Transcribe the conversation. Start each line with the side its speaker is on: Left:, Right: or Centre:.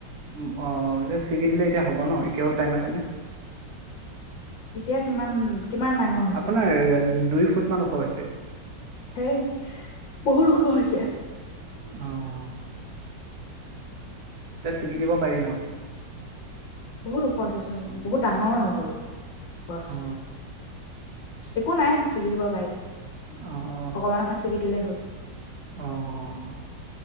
Right: উ অ' যে ছিগি দিলে এতিয়া হ'ব হব ন এতিয়াও টাইম আছে নে?
Left: এতিয়া কিমান কিমান ডাঙৰ হৈছে?
Right: আপোনাৰ দুই ফুট মান ওখ হৈছে
Left: হেই বহুত ওখ হৈছে। চেহ
Right: অ' তে ছিগি দিব পাৰি ন?
Left: বহুত ওখ হৈছে চোন, বহুত ডাঙৰ হৈ গ'ল। পচ
Right: অ
Left: একো নাই। চিগি দিব পাৰি
Right: অ অ
Left: অকমান, অকমান চিগি দিলেই হ'ল।
Right: অ'